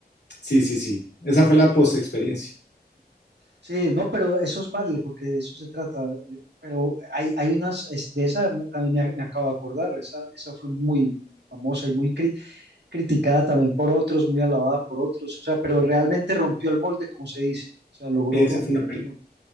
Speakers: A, on the left; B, on the right.
A: Sí, sí, sí. Esa fue la post experiencia.
B: Sí, no, pero eso es válido porque de eso se trata. eh, Pero hay, hay unas, es- de esa me- también me, a- me acabo de acordar, esa, esa fue muy famosa y muy cri- criticada también por otros, muy alabada por otros, o sea, pero realmente rompió el molde, como se dice, o sea, logró
A: Esa
B: romper
A: fue una, pelea.
B: el molde.